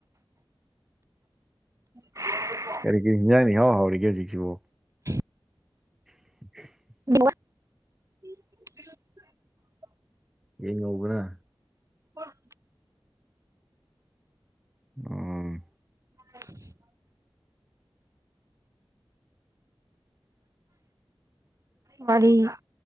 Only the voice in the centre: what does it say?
ꯀꯔꯤ ꯀꯔꯤ ꯍꯤꯟꯖꯥꯡꯅꯤ ꯍꯍꯥꯎ ꯍꯧꯔꯔꯤꯦꯖꯤꯁꯤꯕꯨ
<inaudible>
ꯌꯦꯡꯉꯧꯕꯅ
ꯎꯝ